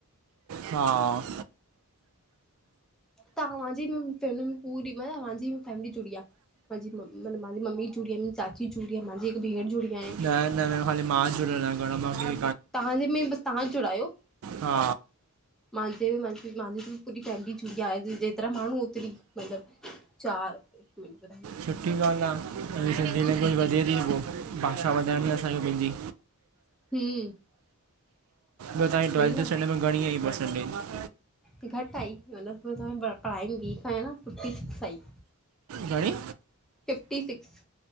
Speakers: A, on the right; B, in the centre.
A: हा
B: तव्हांजि ब पूरी मतलब असांजी ॿ फैमिली जुड़ी आ। मु मंहांजी मम्मी जुड़ी आ, चाची जुड़ी आ, माज़ी हिक भेंण जुड़ी आहे।
A: न न, न खाली मां जुड़ियल आं, न घणो माखे
B: तहांजे में बसि तहां जुड़ा आह्यो?
A: हा
B: मंहांजे मंहांजू जी पूरी फेमिली जुङी आ, अॼु जेतिरा माण्हू ओतिरी मतलबु। चार हिकु मिंट बुधाए
A: सुठी ॻाल्हि आ, सिंधी में कुझ ई वधे थी पियो, भाषा वधाइण लाएअसांखे पंहिंजी।
B: हम्म
A: त टवेल्थ
B: वई न
A: स्टैडर्ड में घणी आईें पर्संटेज?
B: घटि आई, हुन पढ़ाई में वीक आहियां न, फिफ्टी सिक्स आई।
A: घणी!
B: Fifty six.